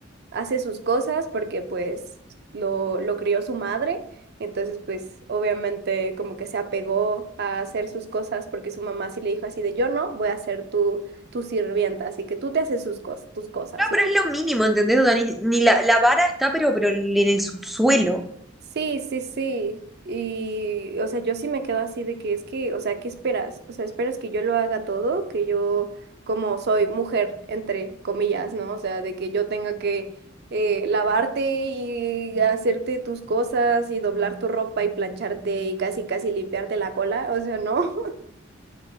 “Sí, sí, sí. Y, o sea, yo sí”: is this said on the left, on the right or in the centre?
Right